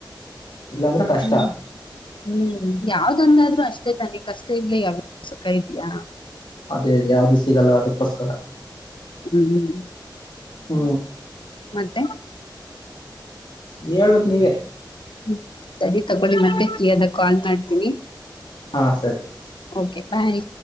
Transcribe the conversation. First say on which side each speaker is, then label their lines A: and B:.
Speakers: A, on the left (about 75°); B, on the left (about 85°).
A: ಇಲ್ಲಾಂದ್ರೆ ಕಷ್ಟ
B: ಹ ಹ್ಮ್ ಯಾವ್ದಂದಾದ್ರೂ ಅಷ್ ಮಷ್ಟೆ ತಾನೆ ಕಷ್ಟ ಇಲ್ಲ ಯಾವ ಸುಖ ಇದ್ಯಾ
A: ಅದೇ ಯಾವ್ದು ಸಿಗಲ್ಲ ಅದಕ್ಕೋಸ್ಕರ
B: ಹ್ಮ್ ಹ್ಮ್
A: ಹು
B: ಮತ್ತೆ
A: ಹೇಳ್ಬೇಕ್ ನೀವೆ
B: ಹ್ಮ ಸರಿ ತಗೊಳ್ಳಿ ಮತ್ತೆ ಫ್ರೀಯ ಆದಾಗ ಕಾಲ್ ಮಾಡ್ತೀನಿ
A: ಹಾ ಸರಿ
B: ಓಕೆ ಬಾಯ್